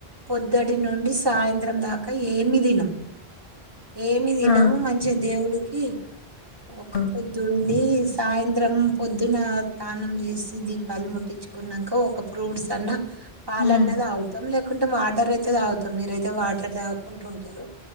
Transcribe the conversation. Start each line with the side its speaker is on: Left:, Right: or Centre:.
Right: పొద్దుటి నుండి సాయంత్రం దాకా కా, ఏమీ తినం. ఏమీ తినం,
Left: ఆ
Right: మంచిగా దేవుడి. ఖీ ఒక
Left: ఆ
Right: పొద్దుండి. సాయంత్రం పొద్దున తానం జేసి, దీపాలు ముట్టించుకున్నాక ఒక ఫ్రూట్స్ అన్నా. పాలన్న
Left: హ్మ్
Right: దాగుతాం. లేక కుంటే, వాటర్ అయితే తాగుతాం, మీరు అయితే వాటర్ తాగ్ కుంటుంటారు.